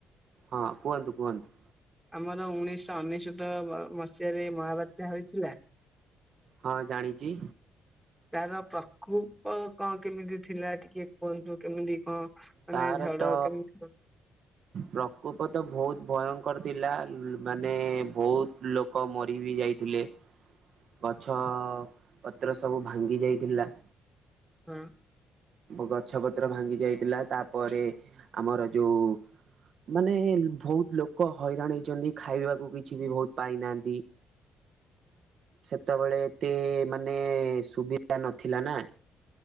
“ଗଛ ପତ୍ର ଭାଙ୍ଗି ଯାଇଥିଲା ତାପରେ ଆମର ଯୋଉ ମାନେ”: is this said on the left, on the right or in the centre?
Right